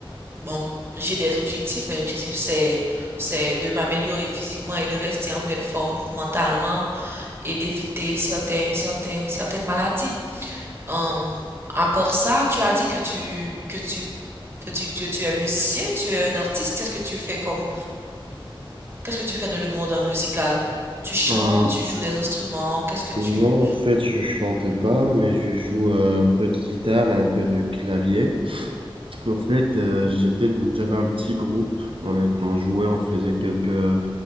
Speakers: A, on the right; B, on the right.
A: Bon, j'ai des objectifs, mes objectifs c'est c'est de m'améliorer physiquement et de rester en pleine forme mentalement et d'éviter certains certains certaines maladies. Hum, à part ça, tu as dit que tu que tu que tu, que tu es musicien, tu es un artiste. Qu'est-ce que tu fais comme qu'est-ce que tu fais dans le monde euh, musical? Tu chantes,
B: Euh,
A: tu joues des instruments. Qu'est-ce que tu
B: non, en fait, je chante pas, mais je joue euh, un peu de guitare et un peu de clavier. En fait, euh, j'étais, j'avais un petit groupe. On, est- on jouait, on faisait quelques,